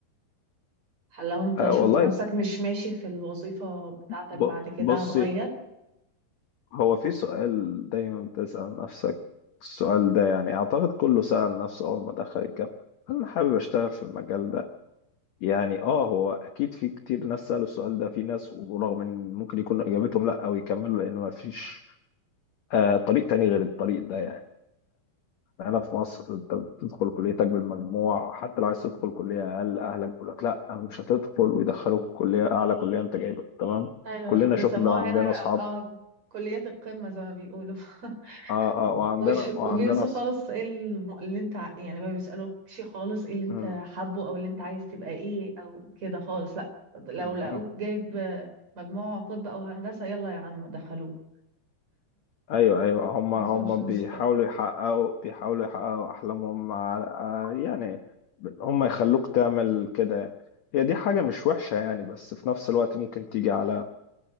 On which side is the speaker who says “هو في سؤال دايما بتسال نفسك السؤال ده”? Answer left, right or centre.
Left